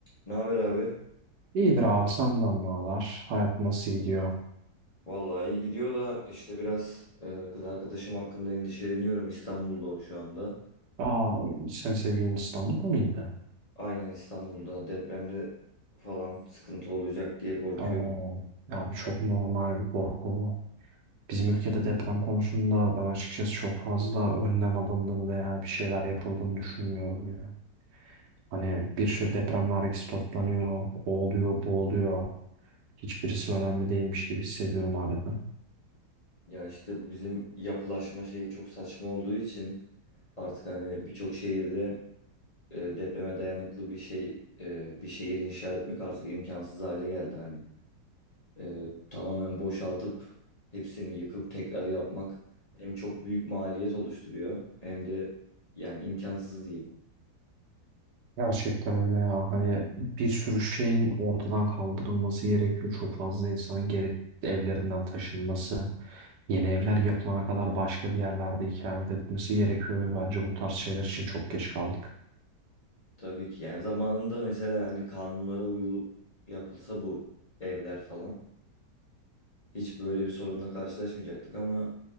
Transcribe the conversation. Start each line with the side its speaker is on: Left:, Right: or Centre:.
Left: Ne haber abi?
Right: İyidir abi senden ne haber? Hayat nasıl gidiyor?
Left: Vallahi iyi gidiyor da işte biraz e, kız arkadaşım hakkında endişeleniyorum. İstanbul'da o şu anda.
Right: Aa sen sevgilin İstanbul'da mıydı?
Left: Aynen İstanbul'da depremde falan sıkıntı olacak diye korkuyorum.
Right: Oo, ya bu çok normal bir korku bu. Bizim ülkede deprem konusunda ben açıkçası çok fazla önlem alındığını veya bir şeyler yapıldığını düşünmüyorum ya. Hani bir sürü deprem vergisi toplanıyor, o oluyor, bu oluyor. Hiçbirisi önemli değilmiş gibi hissediyorum adeta.
Left: Ya işte bu bizim yapılaşma şeyi çok saçma olduğu için artık hani birçok şehirde e, depreme dayanıklı bir şey e, bir şehir inşa etmek artık imkansız hale geldi hani. Ee, tamamen boşaltıp hepsini yıkıp tekrar yapmak hem çok büyük maliyet oluşturuyor hem de yani imkansız diyeyim.
Right: Gerçekten öyle ya. Hani
Left: E,
Right: bir sürü şeyin ortadan kaldırılması gerekiyor. Çok fazla insanın geri evlerinden taşınması, yeni evler yapılana kadar başka bir yerlerde ikamet etmesi gerekiyor ve bence bu tarz şeyler için çok geç kaldık.
Left: Tabii ki yani zamanında mesela yani kanunlara uyulup yapılsa bu evler falan hiç böyle bir sorunla karşılaşmayacaktık ama